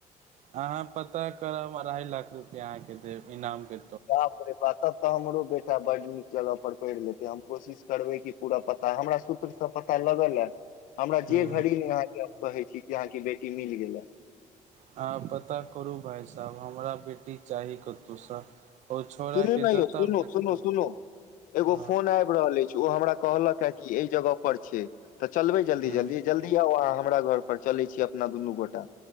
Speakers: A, on the right; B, on the left.
A: अहाँ पता करब अढ़ाइ लाख रुपैआ अहाँके देब इनामके।
B: बाप रे बा तब तऽ हमरो बेटा बड नीक जगह पर पढ़ि लेते। हम कोशिश करबै। कि पूरा प तऽ हमरा सूत्र से पता लगल ए। हमरा
A: हूं
B: जे भरी नहि अहाँके कहै छी। कि अहाँके बेटी मिल गेल ले।
A: अहाँ पता करू भाय साहेब हमरा बेटी चाही। कतहुसँ ओ छौड़ा
B: सुनू
A: के
B: न
A: जतब
B: यौ। सुन-सुनू-सुनू
A: देखब
B: एगो
A: हँ
B: फोन आ रहल अछि। ओ हमरा कहलक के कि एहि जगह पर छै। तऽ चलबै जल्दी-
A: हूँ
B: जल्दी ज अँही आउ अहाँ हमरा घर पर चलै छीय। अपना दुनू गोटा